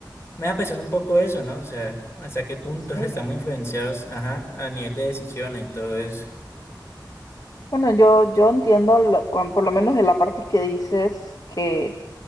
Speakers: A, on the left; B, on the left.
A: me da pensando un poco eso, ¿no? O sea, hasta qué punto
B: Sí.
A: <laughs> estamos influenciados, ajá, a nivel de decisiones y todo eso.
B: Bueno, yo, yo entiendo, lo- con- por lo menos de la parte que dices que...